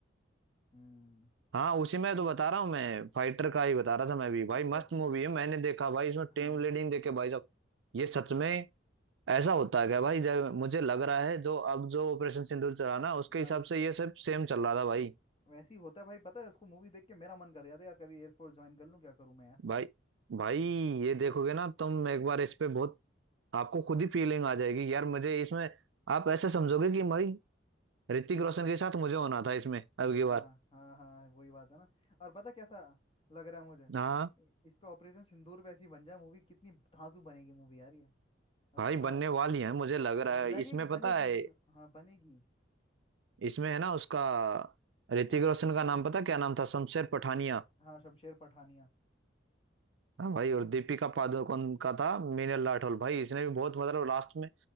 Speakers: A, on the left; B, on the right.
A: हम्म
B: हाँ उसी में तो बता रहा हूँ मैं फाइटर का ही बता रहा था मैं भी भाई
A: अच्छा
B: मस्त
A: अच्छा
B: मूवी है मैंने देखा भाई इसमें टीम
A: हाँ
B: लीडिंग देखे भाई साहब ये सच में ऐसा होता है क्या भाई जब मुझे लग रहा है जो अब जो ऑपरेशन सिंदूर चला ना उसके
A: हाँ
B: हिसाब से ये सब सेम चल रहा था भाई
A: वैसे ही होता है भाई पता है उसको मूवी देख के मेरा मन कर गया था यार कभी एयरफोर्स ज्वाइन कर लूं क्या करूं मैं यार
B: भाई
A: हम्म
B: भाई ये देखोगे ना तुम एक बार इस पे बहुत आपको खुद ही फीलिंग आ जाएगी यार मुझे इसमें आप ऐसे समझोगे कि भाई ऋतिक
A: हाँ।
B: रोशन के साथ मुझे होना था इसमें अब की
A: हाँ
B: बार
A: हाँ हाँ वही बात है ना और पता कैसा लग रहा है मुझे
B: हाँ
A: इ- इस पे ऑपरेशन सिंदूर पे ऐसी बन जाए मूवी कितनी धांसू बनेगी मूवी यार ये और
B: भाई
A: तो सा
B: बनने वाली है मुझे लग
A: वो
B: रहा है
A: लगेगी
B: इसमें पता
A: बनेगी
B: है
A: हाँ बनेगी
B: इसमें है ना उसका ऋतिक
A: हाँ
B: रोशन का नाम पता क्या नाम था शमशेर पठानिया
A: हाँ शमशेर पठानिया
B: हाँ भाई और दीपिका पादुकोण का था मीनल राठौर भाई इसने भी बहुत मतलब लास्ट में